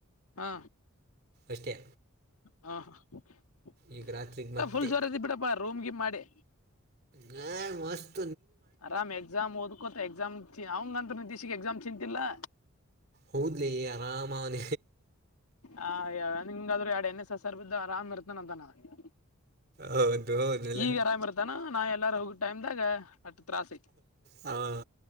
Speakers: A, on the left; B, on the right.
A: ಹಾ
B: ಅಷ್ಟೇ.
A: ಹಾ ಹ
B: ಈಗ ರಾತ್ರಿಗೆ ಮತ್ತೆ
A: ಫುಲ್ ಜೋರ ಅದಿ ಬಿಡಪ್ಪಾ ರೂಮ್ ಗಿಮ್ ಮಾಡಿ.
B: ಗ ಮಸ್ತ್.
A: ಅರಾಮ್ ಎಕ್ಸಾಮ್ ಓದ್ಕೊತ ಎಕ್ಸಾಮ್ ಅವಂಗಂತ ನಿ ದೀಶೆಗೆ ಎಕ್ಸಾಮ್ ಚಿಂತಲ್ಲಾ.
B: ಹೌದಲೆ ಆರಾಮ ಅವನ.
A: ಹ ಹಿಂಗಾದ್ರು ಎರಡ್ ಎಣ್ಣೇ ಸಸರ ಬಿದ್ದ ಆರಾಮ್ ಇರ್ತಾನ ಅಂತಾನ ಇವ.
B: ಹೌದು. ಹೌದಲ್ಲ
A: ಈಗ ಆರಾಮ್ ಇರ್ತಾನ ನಾ ಎಲ್ಲಾರ ಹೋಗೋ ಟೈಮ್ದಾಗ. ಅಟ್ಟು ತ್ರಾಸ ಐತಿ
B: ಹಾಂ